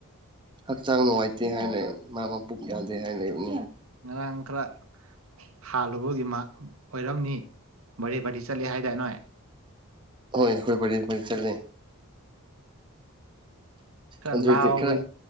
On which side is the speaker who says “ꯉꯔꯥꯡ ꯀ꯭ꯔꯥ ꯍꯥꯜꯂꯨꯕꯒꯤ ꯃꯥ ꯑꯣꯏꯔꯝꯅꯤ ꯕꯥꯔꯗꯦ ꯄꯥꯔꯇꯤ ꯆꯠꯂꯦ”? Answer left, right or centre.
Right